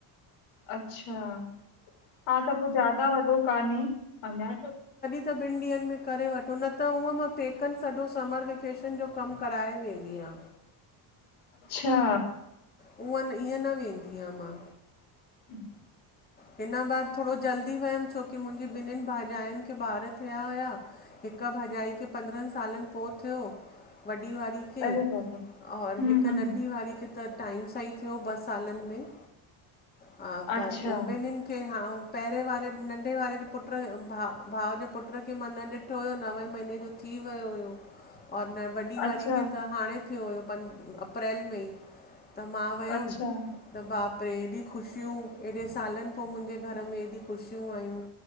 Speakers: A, on the left (about 70°); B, on the left (about 20°).
A: अच्छा हा त पोइ ज्यादा वॾो कान्हे अञा।
B: त ॿिनि ॾींहंनि में करे वठो न त उहो तो थे हिकुकन सॼो समर वेकेशन जो कमु कराए वेंदी आ।
A: अच्छा
B: उऊअं ईअं न वेंदी आहियां मां
A: हम
B: हिना बार थोरो जल्दी वयम छोकी मुंहिंजी ॿिननिहिनि भाॼायुनि खे ॿार थिया हुया हिकु भाॼाई खे पंद्रहनि सालनि पोइ। थियो वॾी वारारी खे।
A: अरे बाबा
B: और
A: हम
B: हिकु
A: हम
B: नंढी वारी खे त टाइम सां ई थियो ॿ सालनि में। हा
A: अच्छा
B: पर ॿिन्निखे <unintelligible> हा <unintelligible> पहिरें वारे नंढे वारे पुटु <unintelligible> भा, भा जे पुट खे मां न ॾिठो हुयो नवे महीने जो थी वियो हुयो। और न वॾी
A: अच्छा
B: वारी खे त हाणे थियो हुयो <unintelligible> अप्रैल मे ही त मां वयम
A: अच्छा
B: त, बाप रे! एॾियूं ख़ुशियूं एॾे सालन <unintelligible> मुंहिंजे घर में एॾियूं ख़ुशियूं आयूं-